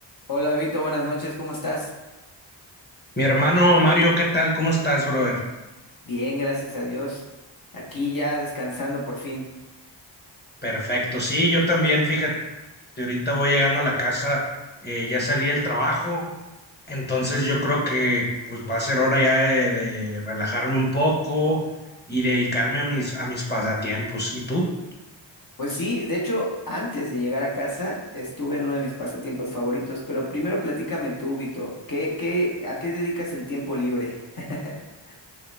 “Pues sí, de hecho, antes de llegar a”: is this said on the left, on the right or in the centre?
Left